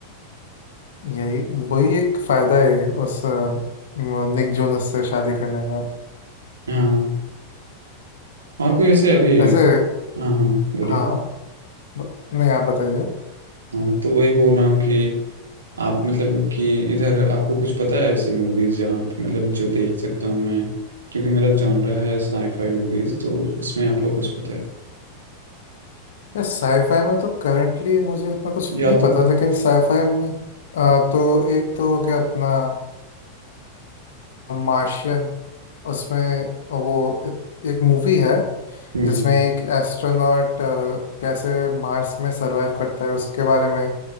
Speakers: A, on the left; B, on the right.
A: यही वही एक फायदा है उस अ, निक जोनस से शादी करने का
B: हाँ और कोई ऐसे अभी
A: वैसे
B: हाँ हाँ बोलिए
A: हाँ ब- नहीं आप बताइए
B: हाँ तो वही बोल रहा हूँ कि आप मतलब कि इधर आपको कुछ पता है ऐसे मूवीज जहाँ पे मतलब जो देख सकता हूँ मैं क्योंकि मेरा जॉनरा है साईफाई मूवीज तो उसमें आपको कुछ पता है
A: यार साईफाई में तो करंटली मुझे उतना कुछ
B: या
A: नहीं
B: तो
A: पता
B: हम्म
A: लेकिन साईफाई में अ, तो एक तो हो गया अपना मार्शियन उसमें वो एक, एक मूवी है
B: हम्म,
A: जिसमें एक एस्ट्रोनॉट कैसे मार्स में सरवाइव करता है उसके बारे में